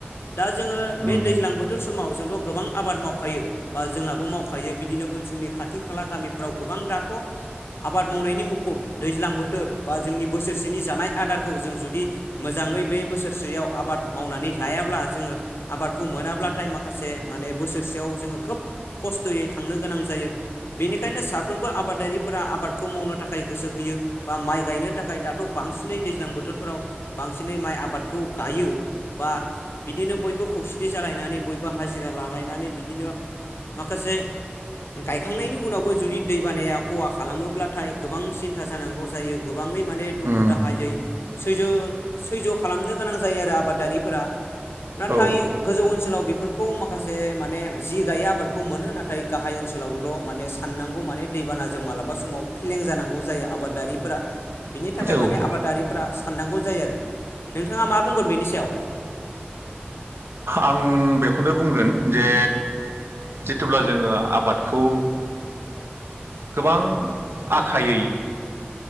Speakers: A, on the left; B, on the right.
A: दा जोङो बे
B: उम
A: दैज्लां बोथोर समाव जोंथ' गोबां आबाद मावखायो बा जोंहाबो मावखायो बिदिनो ओनसोलनि खाथि खाला गामि। फोराव गोबां दाथ' आबाद मावनायनि मुखुब दैज्लां बोथोर बा जोंनि बोसोरसेनि जानाय आरो आदारखौ जों जुदि मोजाङै बे बोसोरसेयाव आबाद मावनानै लायाब्ला जोङो आबाद खौ मोनाब्लाथाय माखासे माने बोसोरसेयाव जोङो खोब खस्थ'यै थांनो गोनां जायो बेनिखायनो साफ्रोमबो आबादारिफोरा आबादखौ मावनो थाखाय गोसो होयो। यो बा माइ गायनो थाखाय दाथ' बांसिनै दैज्लां बोथोरफोराव बांसिनै माइ आबादखौ गायो। बा बिदिनो बयबो खौसेथि जालायनानै बयबो हाजिरा लालायनानै बिदिनो माखासे गायखांनायनि उनावबो जुदि दैबानाया खहा खालामोब्लाथाय गोबां सिन्था जानांगौ जायो गोब गोबाङै माने दुखु
B: उम
A: दाहायै सैज' सैज्य' खालामनो गोनां जायो आरो आबादारिफोरा नाथाय
B: औ
A: गोजौ ओनसोलाव बेफोरखौ माखासे माने जि गायै आबादखौ मोनो नाथाय गाहाय ओनसोलावल' माने साननांगौ माने दैबान जों मालाबा समाव फेलें जानांगौ जायो आबादारिफोरा बिनि थाखाय
B: औ
A: माने आबादारि साननांगौ जायो आरो नोंथाङा मा बुंगोन बेनि सायाव
B: आं बेखौनो बुंगोन जे जेतुब्ला जोङो आबादखौ गोबां आखायै